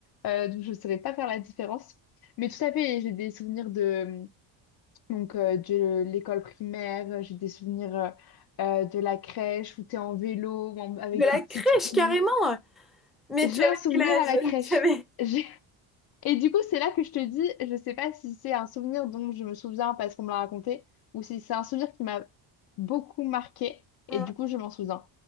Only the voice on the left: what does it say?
euh, dont je ne saurais pas faire la différence. Mais tout à fait, j'ai des souvenirs de, donc, euh, de l'école primaire, j'ai des souvenirs euh, euh, de la crèche où t'es en vélo, ou en- avec
tes petites
roues.
J'ai
un souvenir
à la crèche.
<laughs> J'ai- Et du coup, c'est là que je te dis, je sais pas si c'est un souvenir dont je me souviens parce qu'on me l'a raconté, ou si c'est un souvenir qui m'a beaucoup marqué, et
du coup, je m'en souviens.